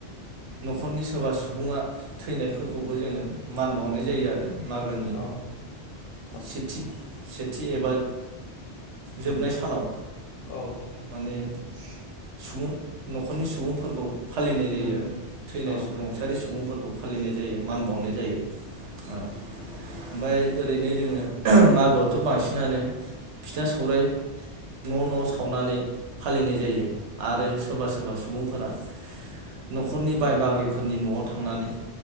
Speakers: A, on the right; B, on the left.
A: नखरनि सोरबा सुबुङा थैनायफोरखौबो जोङो। मान बावनाय
B: उम
A: जायो आरो मागोनि
B: औ औ
A: सेथि थि एबा जोबनाय सानाव
B: औ
A: माने सुबुं नखरनि सुबुंफोरखौ फालिनाय जायो
B: उम औ उम औ उम
A: आरो
B: औ।
A: थावसारि सुबुंफोरखौ फालिनाय जायो। मान बावनाय जायो औ। ओमफ्राय ओरैनो जोङो मागोआवथ बांसिनानो। फिथा सौराइ। न' न' सावनानै फालिनाय जायो आरो सोरबा सोरबा सुबुंफोरा न'खरनि बाय बागै फोरनि न'आव थांनानै